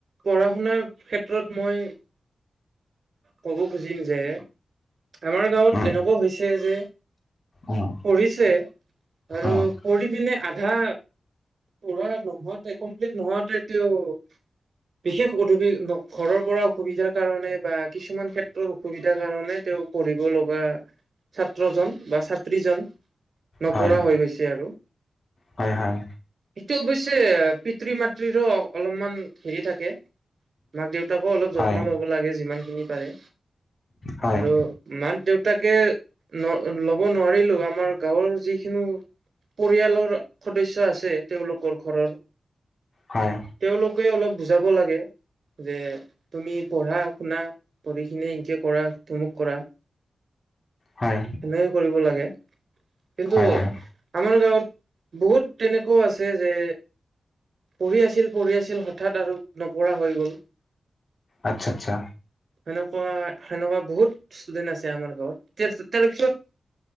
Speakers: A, on the right; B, on the left.
A: পঢ়া শুনাৰ ক্ষেত্ৰত মই কব খুঁজিম যে আমাৰ গাঁৱত
B: উম
A: এনেকুৱা হৈছে যে
B: উম
A: পঢ়িছে আৰু
B: উম
A: পঢ়ি পিনে আধা পঢ়া নহোৱাতে কমপ্লিট নোহোৱাতে তেওঁ বিশেষ অসুবি ঘৰৰ পৰা অসুবিধাৰ কাৰণে বা কিছুমান ক্ষেত্ৰৰ অসুবিধাৰ কাৰণে তেওঁ পঢ়িব লগা ছাত্ৰজন বা ছাত্ৰীজন নপঢ়া
B: হয়
A: হৈ গৈছে আৰু
B: হয় হয়
A: সিটো অৱশ্যে পিতৃ মাতৃৰো অলপমান হেৰি থাকে মাক দেউতাকো অলপ
B: হয়
A: যত্ন ল'ব লাগে যিমানখিনি পাৰে
B: হয়
A: আৰু মাক দেউতাকে ন ল'ব নোৱাৰিলেও আমাৰ গাঁৱৰ যিখিনো পৰিয়ালৰ সদস্য আছে তেওঁলোকৰ ঘৰৰ
B: হয়
A: তেওঁলোকে অলপ বুজাব লাগে যে তুমি পঢ়া শুনা পঢ়িখিনে এনকে কৰা টমুক কৰা
B: হয়
A: সেনেকে কৰিব লাগে কিন্তু
B: হয় হয়
A: আমাৰ গাঁৱত বহুত তেনেকোৱাও আছে যে পঢ়ি আছিল পঢ়ি আছিল হঠাৎ আৰু নপঢ়া হৈ গ'ল
B: আচ্ছা আচ্ছা
A: সেনেকুৱা সেনেকুৱা বহুত ষ্টুডেন্ট আছে আমাৰ গাঁৱত তাৰ তাৰে পিছত